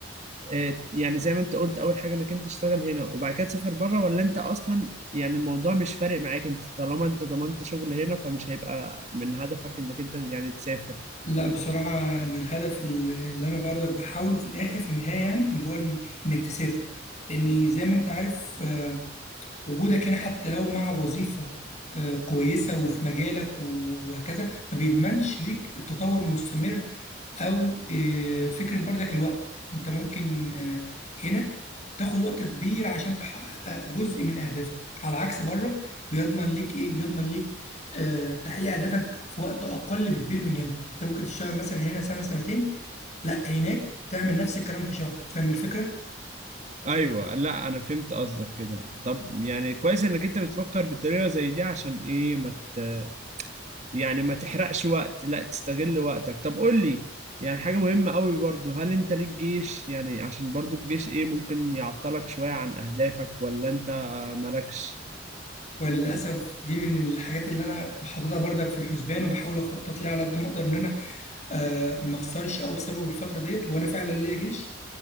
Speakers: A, on the right; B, on the left.
A: آه، يعني زي ما انت قلت اول حاجه انك انت تشتغل هنا وبعد كده تسافر بره ولا انت اصلا يعني الموضوع مش فارق معاك انت طالما انت ضمنت شغل هنا فمش هيبقى من هدفك انك انت يعني تسافر
B: لا بصراحه انا الهدف اللي انا برضك بحاوله في الاخر في النهايه يعني اللي هو إن- انك تسافر لان زي ما انت عارف آه، وجودك هنا حتى لو مع وظيفه آه، كويسه وفي مجالك وهكذا ما بيضمنش ليك التطور المستمر او آه، فكره برضك الوقت انت ممكن آه، هنا تاخد وقت كبير عشان تحقق جزء من اهدافك على عكس بره بيضمن ليك ايه بيضمن ليك آه، تحقيق اهدافك في وقت اقل بكبير من هنا انت ممكن تشتغل مثلا هنا سنه سنتين لا هناك تعمل نفس الكلام في شهر فاهم الفكره
A: ايوه لا انا فهمت قصدك كده طب يعني كويس انك انت بتفكر بطريقه زي دي عشان ايه ما مت... يعني ما تحرقش وقت لا تستغل وقتك طب قول لي يعني حاجه مهمه قوي برضو هل انت ليك جيش يعني عشان برضو الجيش ايه ممكن يعطلك شويه عن اهدافك ولا انت مالكش
B: وللاسف دي من الحاجات اللي انا بحطها برضك في الحسبان وبحاول اخطط ليها على قد ما اقدر ان انا آه، ما اخسرش قوي بسبب الفتره ديت وانا فعلا ليا جيش